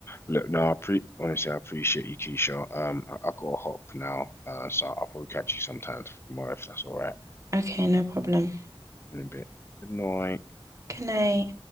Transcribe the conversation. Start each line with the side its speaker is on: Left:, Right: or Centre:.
Left: Look, no, I pre honestly, I appreciate you, Keisha. Um, I, I gotta hop now, uh, so I'll probably catch you sometime tomorrow if that's all right.
Right: Okay, no problem.
Left: In a bit. Good night.
Right: Good night.